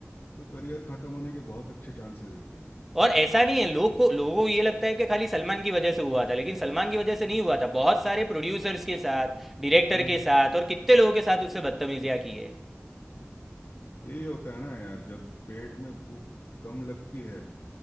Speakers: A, on the left; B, in the centre.
A: तो करियर खत्म होने के बहुत अच्छे चांसेस होते हैं
B: और ऐसा नहीं है लोग को लोगों को ये लगता है कि खाली सलमान की वजह से हुआ था लेकिन सलमान की वजह से नहीं हुआ था बहुत सारे प्रोड्यूसर्स के साथ डायरेक्टर
A: हम्म
B: के साथ और कितने लोगों के साथ उससे बदतमीजियाँ की है
A: यही होता है ना यार जब पेट में भूख कम लगती है